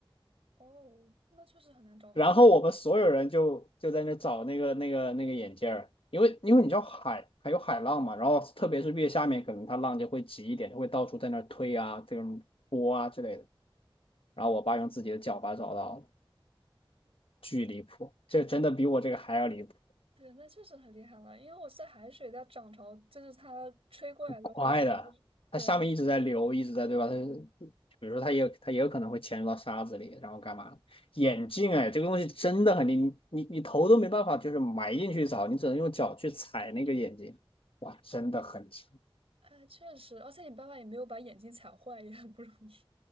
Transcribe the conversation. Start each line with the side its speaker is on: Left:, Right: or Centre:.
Right: 哦，那确实很难找回来。
Left: 然后我们所有人就就在那找那个那个那个眼镜儿，因为因为你知道海还有海浪嘛，然后特别是越下面，可能它浪就会急一点，就会到处在那儿推啊，这种波啊之类的。然后我爸用自己的脚把找到了，巨离谱，这真的比我这个还要离谱，
Right: 对，那确实很厉害了，因为我记得海水在涨潮，就是它吹过来的时候，
Left: 快的，
Right: 很有可能会是对，
Left: 它下面一直在流，
Right: 很
Left: 一直在对吧？它比如说它也它也有可能会潜入到沙子里，然后干嘛？眼镜哎，这个东西真的很离，你你你头都没办法就是埋进去找，你只能用脚去踩那个眼镜，哇，真的很强。
Right: <laughs>，哎确实，而且你爸爸也没有把眼睛踩坏，也很不容易，